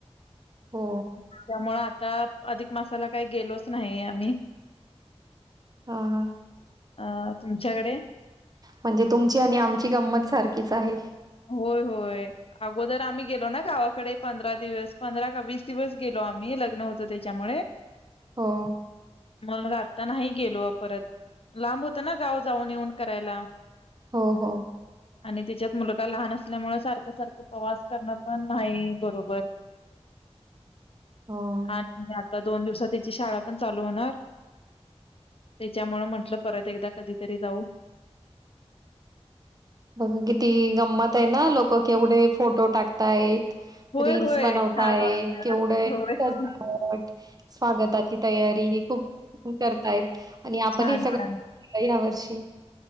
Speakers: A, on the right; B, on the left.
A: हो.
B: त्यामुळे आ आता अधिक मासाला काही गेलोच नाही आम्ही.
A: हा हा.
B: हा. तुमच्याकडे?
A: म्हणजे तुमची आणि आमची गंमत सारखीच आहे.
B: होय होय अगोदर आम्ही गेलो ना गावाकडे पंधरा दिवस पंधरा का वीस दिवस गेलो आम्ही लग्न होत त्याच्यामुळे.
A: हो,
B: मग <unintelligible> आता नाही गेलो परत लांब होत ना गाव जाऊन येऊन करायला.
A: हो हो.
B: आणि त्येच्यात मुल लहान असल्यामुळे सारखं सारखं प्रवास करणं पण नाही बरोबर.
A: हो.
B: आणि आता दोन दिवसात त्याची शाळा पण चालू होणार. त्याच्यामुळ म्हटलं परत एकदा कधीतरी जाऊ.
A: बघ किती गंमत आहे ना लोक केवढे फोटो टाकतायत.
B: होय
A: रील्स
B: होय
A: बनवतायेत
B: छान वाटत
A: केवढं
B: होय.
A: सजावट स्वागताची तयारी खूप करतायेत आणि आपण
B: छान
A: हे सगळं
B: छान
A: या वर्षी